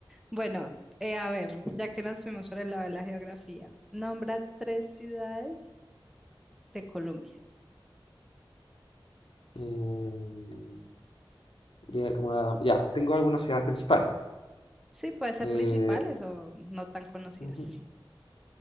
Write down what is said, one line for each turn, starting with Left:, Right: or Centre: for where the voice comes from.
Centre: bueno, eh, a ver, ya que nos fuimos por el lado de la geografía, nombra tres ciudades de Colombia.
Left: Em, ya, como a- ya, tengo algunas ciudades principales.
Centre: Sí, puede ser
Left: Eh,
Centre: principales o no tan conocidas.
Left: ujú,